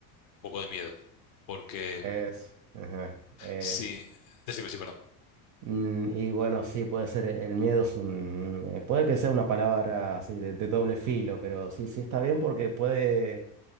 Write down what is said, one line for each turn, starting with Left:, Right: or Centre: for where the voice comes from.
Left: poco de miedo, porque
Right: es, ajá, es.
Left: sí, decime, sí, perdón.
Right: Mm, Y bueno, sí, puede ser, el miedo es un, eh, puede que sea una palabra así de, de doble filo, pero sí, sí está bien porque puede